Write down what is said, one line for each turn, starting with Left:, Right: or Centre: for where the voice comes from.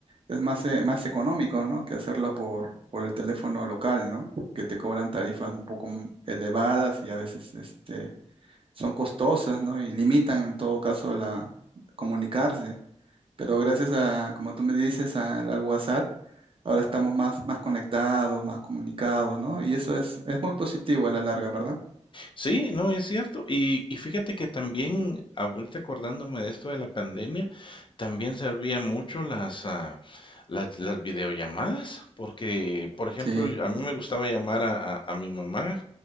Right: es más, eh, más económico, ¿no? Que hacerlo por, por el teléfono local, ¿no? Que te cobran tarifas un poco m- elevadas y a veces este, son costosas, ¿no? Y limitan en todo caso la comunicarse. Pero gracias a, como tú me dices, al al WhatsApp Ahora estamos más, más conectados, más comunicados, ¿no? Y eso es, es muy positivo a la larga, ¿verdad?
Left: Sí, no, es cierto. Y, y fíjate que también, ahorita acordándome de esto de la pandemia, también servían mucho las, ah, las, las videollamadas, porque, por ejemplo,
Right: Sí,
Left: a mí me gustaba llamar a, a- a mi mamá,